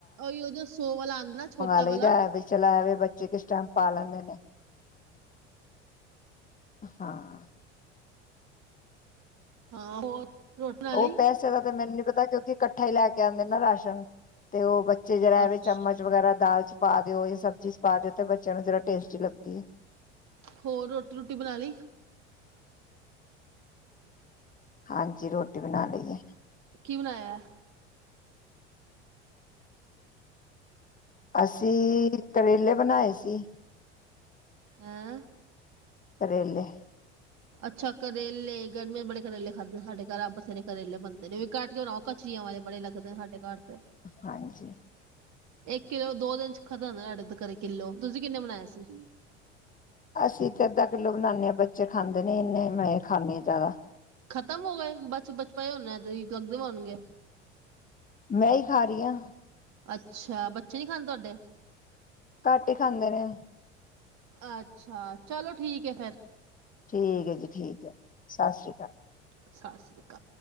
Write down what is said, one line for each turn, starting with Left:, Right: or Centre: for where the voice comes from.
Right: ਹੀ ਉਹ ਜੋ ਸੌ ਵਾਲਾ ਆਦਾ ਨਾ ਛੋਟਾ
Left: ਲਈਦਾ
Right: ਵਾਲਾ
Left: ਵੀ ਚਲਾ ਬੱਚੇ ਕਿਸ ਟਾਈਮ ਪਾ ਲੈਂਦੇ ਨੇ, ਹਾਂ,
Right: ਹਾਂ ਹੋਰ, ਰੋਟੀ ਬਣਾ ਲਈ
Left: ਉਹ ਪੈਸੇ ਦਾ ਤੇ ਮੈਨੂੰ ਨੀ ਪਤਾ ਕਿਉਂਕਿ, ਇਕੱਠਾ ਹੀ ਲੈ ਕੇ ਆਉਂਦੇ ਨਾ ਰਾਸ਼ਨ ਤੇ ਉਹ ਬੇ ਚ ਜਿਹੜਾ
Right: ਅੱਛਾ
Left: ਵੀ ਚਮਚ ਵਗੈਰਾ ਦਾਲ ਪਾ ਦਿਓ, ਸਬਜ਼ੀ ਚ ਪਾ ਦਿਓ, ਤੇ ਬੱਚਿਆਂ ਨੂੰ ਜਿੜਾ ਟੇਸਟੀ ਲੱਗਦੀ ਹੈ।
Right: ਹੋਰ ਰੋਟੀ ਰੁਟੀ ਬਣਾ ਲਈ।
Left: ਹਾਂਜੀ, ਰੋਟੀ ਬਣਾ ਲਈਏ।
Right: ਕੀ ਬਣਾਇਆ।
Left: ਅਸੀਂ ਕਰੇਲੇ ਬਣਾਏ ਸੀ।
Right: ਹੈਂ।
Left: ਕਰੇਲੇ,
Right: ਅੱਛਾ ਕਰੇਲੇ ਗਰਮੇ ਬੜੇ ਕਰੇਲੇ ਖਾਧੇ ਸਾਡੇ ਘਰ ਬਥੇਰੇ ਕਰੇਲੇ ਬਣਦੇ ਨੇ ਵੀ ਘੱਟ ਕੇ ਬਣਾਓ ਕਚਰੀਆਂ ਵਾਲੇ ਬੜੇ ਲੱਗਦੇ ਨੇ ਸਾਡੇ ਘਰ- ਤੇ
Left: ਹਾਂਜੀ,
Right: ਇੱਕ ਕਿੱਲੋ ਦੋ ਦਿਨ ਚ ਖਤਮ ਸਾਡੇ ਕਰੇ ਕਿੱਲੋ ਤੁਸੀਂ ਕਿੰਨੇ ਬਣਾਇਏ ਸੀ।
Left: ਅਸੀਂ ਤੇ ਅੱਧਾ ਕਿੱਲੋ ਬਣਾਦੇ ਹਾਂ, ਬੱਚੇ ਖਾਂਦੇ ਨੇ ਇਨੇ ਮੈਂ ਖਾਂਣੀ, ਜ਼ਿਆਦਾ,
Right: ਖਤਮ ਹੋ ਗਏ, ਬਸ ਬਚਪਾ ਹਨਾ ਤੇ ਲੱਗਦੇ ਹੋਣਗੇ।
Left: ਮੈਂ ਹੀ ਖਾ ਰਹੀ ਹਾਂ।
Right: ਅੱਛਾ ਬੱਚੇ ਨੀ ਖਾਂਦੇ ਤੁਹਾਡੇ
Left: ਘੱਟ ਹੀ ਖਾਂਦੇ ਨੇ
Right: ਅੱਛਾ ਚਲੋ ਠੀਕ ਹੈ ਫੇਰ
Left: ਠੀਕ ਹੈ ਜੀ ਠੀਕ ਹੈ ਸਤਿ ਸ਼੍ਰੀ ਅਕਾਲ।
Right: ਸਤਿ ਸ਼੍ਰੀ ਅਕਾਲ।